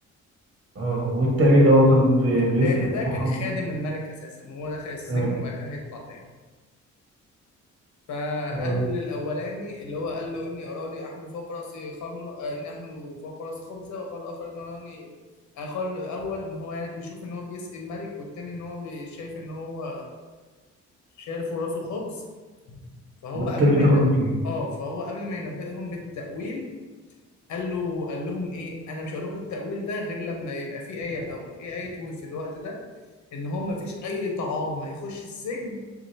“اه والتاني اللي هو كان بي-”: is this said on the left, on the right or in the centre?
Right